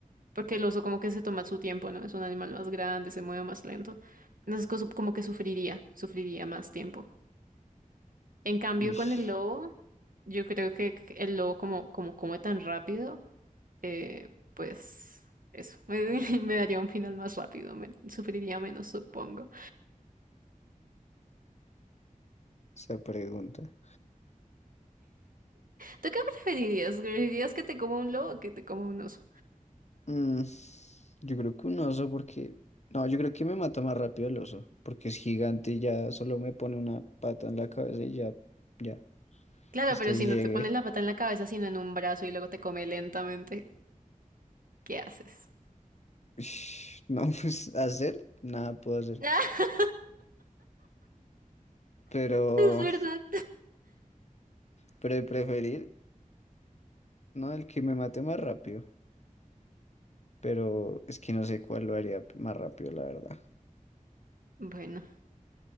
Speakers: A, on the right; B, on the left.
A: porque el oso como que se toma su tiempo, ¿no? Es un animal más grande, se mueve más lento, entonces coso- como que sufriría, sufriría más tiempo. En cambio,
B: <laughs> Ish.
A: con el lobo, yo creo que el lobo como, como come tan rápido, eh, pues eso, <laughs> me daría un final más rápido, me- sufriría menos, supongo.
B: Esa pregunta.
A: ¿Tú qué preferirías? ¿Preferirías que te coma un lobo o que te coma un oso?
B: Mm, yo creo que un oso porque... No, yo creo que me mata más rápido el oso, porque es gigante y ya solo me pone una pata en la cabeza y ya, ya,
A: Claro,
B: hasta
A: pero
B: ahí
A: si
B: llegué.
A: no te pones la pata en la cabeza, sino en un brazo y luego te come lentamente, ¿qué haces? <laughs>
B: Ush, No, <laughs> pues hacer, nada puedo hacer.
A: Ah,
B: Pero,
A: es verdad.
B: pero de preferir, no, el que me mate más rápido. Pero es que no sé cuál lo haría más rápido, la verdad.
A: Bueno,